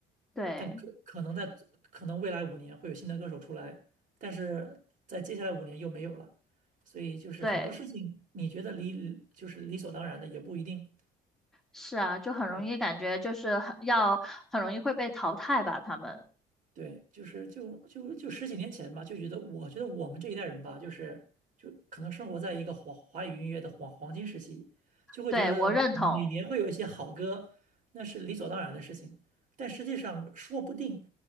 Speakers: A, in the centre; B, on the right.
A: 对
B: 但可可能在可能未来五年会有新的歌手出来，但是在接下来五年又没有了，所以就是很多事情你觉得理就是理所当然的也不一定。
A: 对。是啊，就很容易感觉就是很要很容易会被淘汰吧，
B: 对，
A: 他们。
B: 对就是就就就十几年前吧，就觉得我觉得我们这一代人吧，就是就可能生活在一个华华语音乐的黄黄金时期，就会觉得每年会有一些好歌，
A: 对，我认同。
B: 那是理所当然的事情。但实际上，说不定